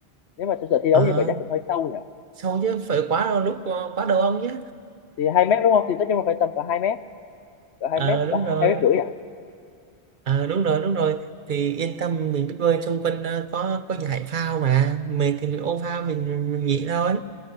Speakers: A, on the left; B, on the right.
A: nếu mà thực sự thi đấu
B: à,
A: như vậy chắc cũng hơi sâu nhỉ
B: sao chứ phải quá đau lúc ờ, quá đầu ông chứ
A: thì hai mét đúng không thì nói chung là phải tầm cỡ hai mét cỡ hai
B: à,
A: mét chúng
B: đúng
A: ta
B: rồi
A: hai mét rưỡi à
B: à, đúng rồi đúng rồi thì yên tâm mình biết bơi xung quanh à, có có giải phao mà mình thì mình ôm phao mình, mình nghỉ thôi